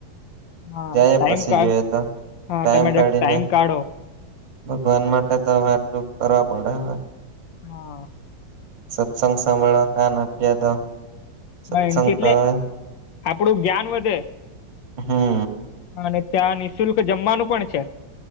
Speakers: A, on the left; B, on the right.
A: હા
B: જાયે
A: ટાઈમ
B: પસી
A: કાઢ
B: જોઈએ તા
A: હા
B: ટાઈમ
A: તમે
B: કાઢીને.
A: ટાઈમ કાઢો
B: ભગવાન માટે તો હવે આટલું કરવા પડે હા.
A: હા.
B: સત્સંગ સાંભળ રાખવાનું કયાં તો સત્સંગ
A: નાય એટલે
B: તો હવે
A: આપડું જ્ઞાન વધે.
B: હા.
A: અને ત્યાં નિઃશુલ્ક જમવાનું પણ છે.